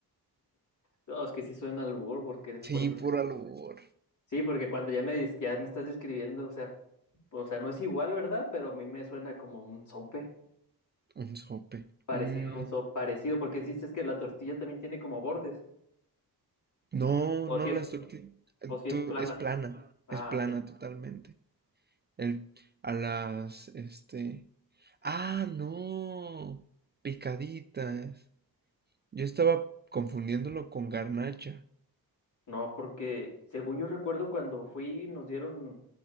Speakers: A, on the left; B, on the right.
A: No, es que sí suena al albur, porque es
B: Sí,
A: por eso
B: puro
A: que-
B: albur.
A: Sí, porque cuando ya me, dis- ya me estás describiendo, o sea, o sea, no es igual, ¿verdad? Pero a mí me suena como un sope,
B: Un sope.
A: parecido
B: Mm,
A: a un sope, parecido, porque dices que la tortilla también tiene como bordes,
B: No,
A: o
B: no,
A: si es,
B: la surti
A: o si es plana.
B: es plana,
A: Ah,
B: es plana
A: ok.
B: totalmente. El, a las, este... Ah, no, picaditas. Yo estaba confundiéndolo con garnacha.
A: No, porque según yo recuerdo cuando fui, nos dieron.